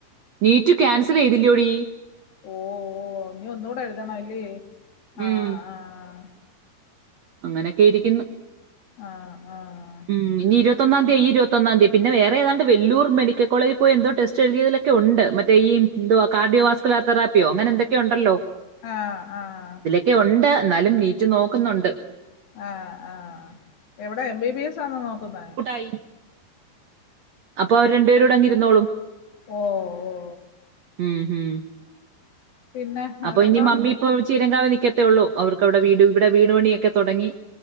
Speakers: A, on the right (about 70°); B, on the left (about 60°).
A: നീറ്റ് ക്യാൻസൽ ചെയ്തില്ലയോടി
B: ഓഹ് ഓഹ് ഇനീ ഒന്നൂടെ എഴുതണം ഇല്ലേ,
A: ഉം
B: ആഹ് ആഹ്
A: അങ്ങനൊക്കെ ഇരിക്കുന്നു
B: ആഹ് ആഹ് ആഹ്
A: ഉം, ഇനി ഇരുപത്തൊന്നാ തീയാ, ഈ ഇരുപത്തൊന്നാം തീയാ, പിന്നെ വേറെ ഏതാണ്ട് വെല്ലൂർ മെഡിക്കൽ കോളജി പോയി എന്തോ ടെസ്റ്റ് എഴുതിയതിലൊക് ക്കെ ഒണ്ട് മറ്റേ ഈ എന്തുവാ കാർഡിയോവാസ്കുലർ തെറാപ്പിയോ അങ്ങനെ എന്തൊക്കെയോ ഒണ്ടല്ലോ
B: ആഹ് ആഹ്
A: ക്കെയൊണ്ട്, എന്നാലും നീറ്റ് നോക്കുന്നുണ്ട്.
B: ആഹ് ആഹ് എവിടാ എം ബി ബി എസ് ആണോ നോക്കുന്നെ
A: <unintelligible> അപ്പൊ അവര് രണ്ടു പേരൂടെ അങ്ങിരുന്നോളും.
B: ഓഹ് ഓഹ്
A: ഉം, ഉം
B: പിന്നെ വേറെന്തോണ്ട്
A: അപ്പൊ ഇനി മമ്മി ഇപ്പ ചീരങ്കാവി നിക്കത്തേ ഉള്ളൂ, അവർക്കവടെ വീട് ഇവിടെ വീട് പണിയൊക്കെ തൊടങ്ങി